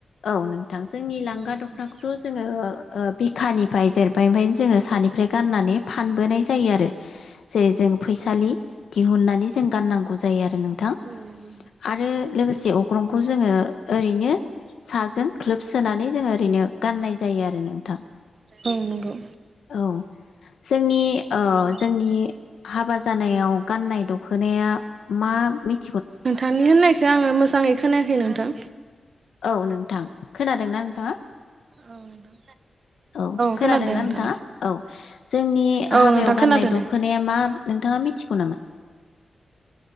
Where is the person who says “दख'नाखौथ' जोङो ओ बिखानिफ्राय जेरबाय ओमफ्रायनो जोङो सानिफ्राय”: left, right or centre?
Left